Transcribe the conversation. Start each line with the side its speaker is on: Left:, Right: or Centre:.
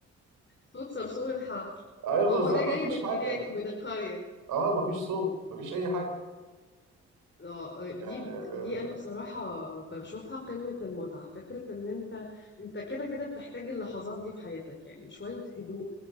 Left: صوت صرصور الحقل
Right: ايوه بالظبط
Left: هو ده جاي
Right: مفيش
Left: من
Right: حاجه
Left: هناك
Right: مفيش
Left: من القرية
Right: اه مفيش صوت مفيش اي حاجه
Left: اه آه، دي
Right: يعني آه،
Left: دي انا بصراحة بشوفها قمة المتعة فكرة ان انت انت كده كده بتحتاج اللحظات دي في حياتك يعني شوية هدوء